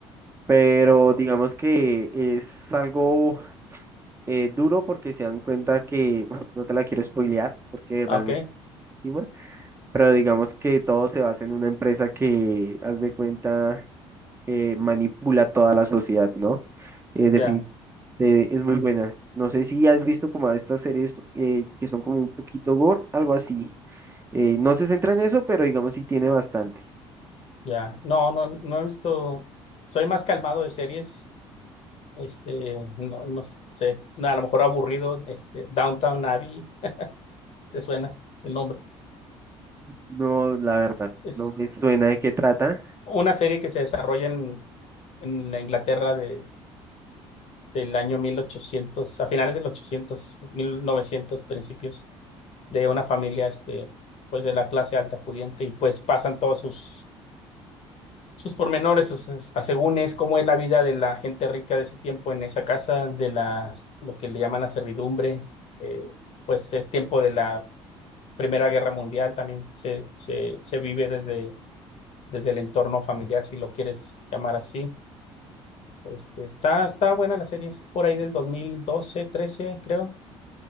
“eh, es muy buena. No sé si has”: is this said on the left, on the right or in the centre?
Right